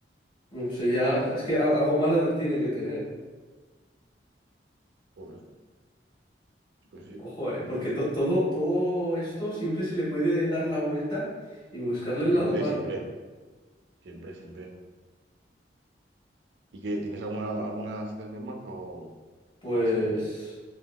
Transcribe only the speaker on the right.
Pues, pues sí,
no
sé.
Siempre,
siempre,
siempre, siempre. ¿Y qué? ¿Tienes alguna, alguna situación más o,
o así bien?